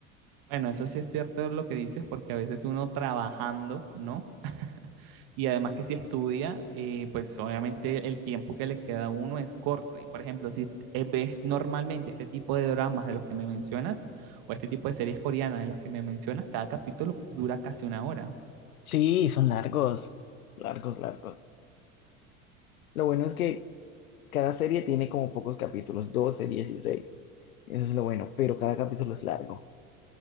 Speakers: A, on the right (about 60°); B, on the left (about 85°).
A: Bueno, eso sí es cierto lo que dices, porque a veces uno trabajando, ¿no? Y además que si estudia, eh, pues obviamente el tiempo que le queda a uno es corto. Y por ejemplo, si eh, ves normalmente este tipo de dramas de los que me mencionas, o este tipo de series coreanas de los que me mencionas, cada capítulo dura casi una hora.
B: Sí, son largos, largos, largos. Lo bueno es que Cada serie tiene como pocos capítulos, 12, 16. Eso es lo bueno, pero cada capítulo es largo.